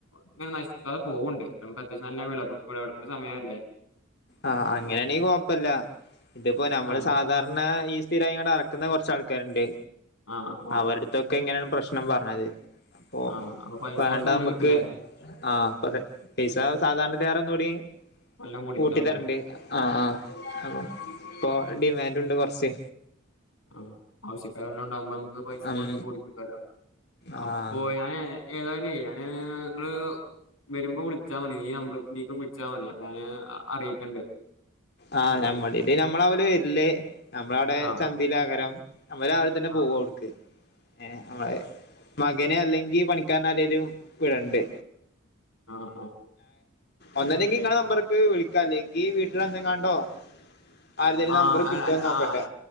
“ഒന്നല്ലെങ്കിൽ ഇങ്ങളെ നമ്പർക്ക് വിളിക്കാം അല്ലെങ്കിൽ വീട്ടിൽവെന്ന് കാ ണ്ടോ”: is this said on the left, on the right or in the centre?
Left